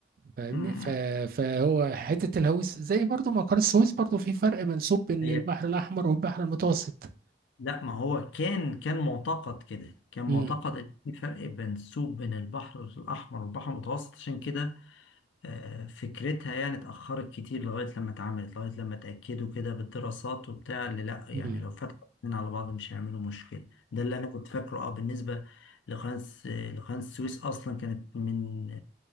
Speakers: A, on the right; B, on the left.
A: فاهمني
B: امم
A: ف- فهو حتة الهويس زي برضو ما قناة السويس برضو في فرق منسوب بين
B: هي
A: البحر الاحمر والبحر المتوسط
B: لا ما هو كان كان معتقد كده كان معتقد
A: امم
B: ان في فرق منسوب بين البحر الاحمر والبحر المتوسط عشان كده آه، فكرتها يعني اتأخرت كتير لغاية لما اتعملت لغاية لما اتأكدوا كده بالدراسات وبتاع اللي لأ يعني
A: امم
B: لو فتحوا الاتنين على بعض مش هيعملوا مشكلة ده اللي أنا كنت فاكره اه بالنسبة لقناة الس- لقناة السويس أصلا كانت من